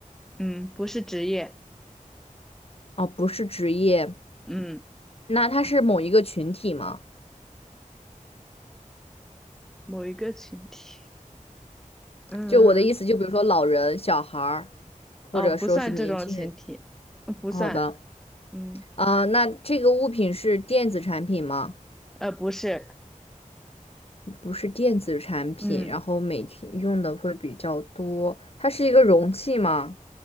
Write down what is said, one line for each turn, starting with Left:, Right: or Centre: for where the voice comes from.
Centre: 嗯，不是职业。
Left: 哦，不是职业，
Centre: 嗯，
Left: 那他是某一个群体吗？
Centre: 某一个群体。嗯。
Left: 就我的意思，就比如说老人、小孩儿，或者说是年轻人。
Centre: 呃，不算这种群体，呃不算，
Left: 好的，
Centre: 嗯，
Left: 啊、那这个物品是电子产品吗？
Centre: 呃，不是，
Left: 不是电子产品，
Centre: 嗯，
Left: 然后每天用的会比较多。它是一个容器吗？